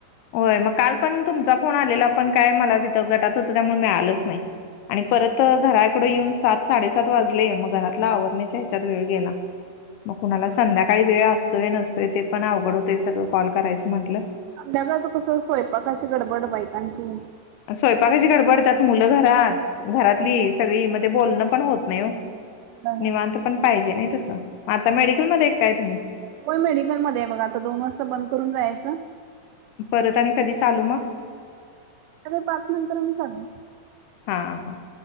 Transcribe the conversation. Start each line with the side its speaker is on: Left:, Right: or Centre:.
Left: होय, मग काल पण तुमचा फोन आलेला, पण काय मला तिथं गटात होतं, त्यामुळे मिळालंच नाही. आणि परत घराकड येऊन सात साडेसात वाज मग घरात आवर ह्याच्यात वेळ गेला, म कुणाला संध्याकाळी वेळ अस तोय नसतोय, ते पण अवघड होतय सगंळ, कॉल करायचं म्हटलं,
Right: संध्याकाळच कसं, स्वयंपाकशी गडबड बाईकांची.
Left: स्वयंपाकाशी गडबड, त्यात मुलं घरात, घरातली सगळी म ते बोलणं पण होत नाही ओ.
Right: बर बर
Left: निवांत पण पाहिजे ना तसं, आता मेडिकल मध्ये काय तुम्ही.
Right: होय, मेडिकलमध्येये बघा आता, दोन वाजता बंद करून जायचं.
Left: परत आणि कधी चालू मग.
Right: अे पाच नंतर म चालू.
Left: हा हा